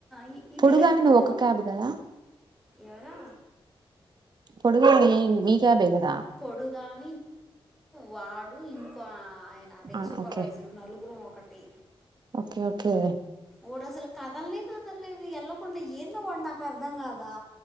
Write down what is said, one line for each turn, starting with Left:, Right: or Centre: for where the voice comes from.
Centre: ఈ ఈ
Right: పొడుగామే
Centre: పిల్ల ఎప్పుడు
Right: నువ్ ఒక క్యాబ్ గదా
Centre: ఎవరా
Right: పొడుగామే నీ క్యాబే గద్
Centre: పొడుగాం వాడు ఇంకో ఆయన అదే
Right: ఆ
Centre: సూపర్వైజరు
Right: ఓకే
Centre: నలుగురుమ్ ఒకటి
Right: ఓకే ఓకే
Centre: వాడసలు కదల్నే కదల్లేదు ఎళ్లకుండ ఏందో వాడు నాకర్ధం గాదా